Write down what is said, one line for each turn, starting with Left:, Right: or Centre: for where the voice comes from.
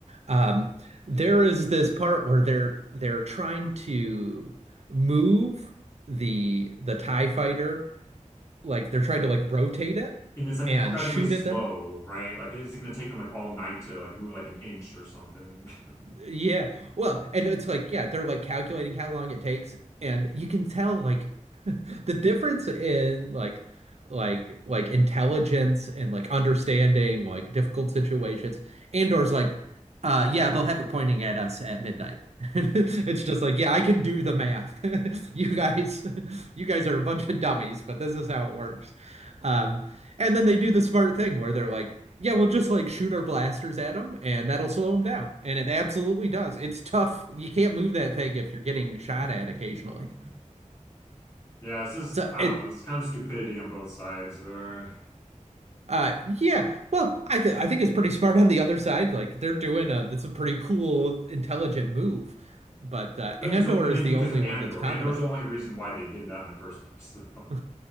Right: Um, there is this part where they're they're trying to move the the TIE fighter, like they're trying to like rotate it
Left: And it's like
Right: and
Left: incredibly
Right: shoot
Left: slow,
Right: at them.
Left: right? Like it's gonna take them like all night to like move like an inch or something.
Right: Yeah. Well, and it's like, yeah, they're like calculating how long it takes, and you can tell like <laughs> the difference in like like like intelligence and like understanding like difficult situations. Andor's like, uh yeah, they'll have it pointing at us at midnight. <laughs> It's just like, yeah, I can do the math. <laughs> You guys <laughs> you guys are a bunch of dummies, but this is how it works. Um and then they do the smart thing where they're like, yeah, we'll just like shoot our blasters at them and that'll slow them down. And it absolutely does. It's tough. You can't move that thing if you're getting shot
Left: <laughs>
Right: at occasionally.
Left: Yeah, it's just
Right: So
Left: I
Right: it
Left: don't know, it's kind of stupidity on both sides there.
Right: uh yeah, well, I think I think it's pretty smart on the other side. Like they're doing a that's a pretty cool intelligent move. But uh
Left: But
Right: Andor
Left: it's only mainly
Right: is the
Left: because
Right: only
Left: of Andor.
Right: one that's competent.
Left: Andor's the only reason why they did that in the first place, though.
Right: <laughs>